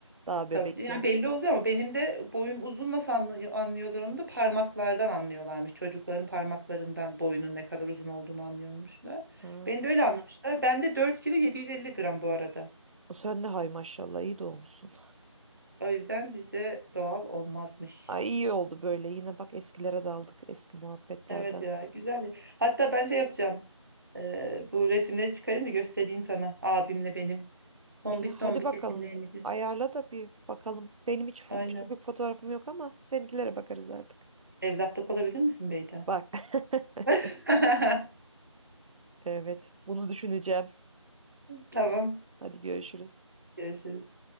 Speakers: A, on the right; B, on the right.
A: Daha bebekken.
B: Tabii yani belli oluyor ama benim de boyum uzun nasıl anlıyor, anlıyorlar onu da parmaklardan anlıyorlarmış. Çocukların parmaklarından boyunun ne kadar uzun olduğunu anlıyormuşlar.
A: Ha.
B: Beni de öyle anlamışlar. Ben de 4 kilo 750 gram bu arada.
A: Sen de hay maşallah iyi doğmuşsun.
B: O yüzden bizde doğal olmazmış.
A: Ay iyi oldu böyle yine bak eskilere daldık eski muhabbetlerden.
B: Evet ya güzel. ya. Hatta ben şey yapacağım. Ee, bu resimleri çıkarayım da göstereyim sana. Abimle benim. Tombik
A: İyi hadi
B: tombik
A: bakalım.
B: resimlerimizi.
A: Ayarla da bir bakalım. Benim hiç fo-
B: Aynen.
A: küçüklük fotoğrafım yok ama seninkilere bakarız artık.
B: Evlatlık olabilir misin Beyda?
A: Bak. <laughs>
B: <laughs>
A: Evet, bunu düşüneceğim.
B: Tamam.
A: Hadi görüşürüz.
B: Görüşürüz.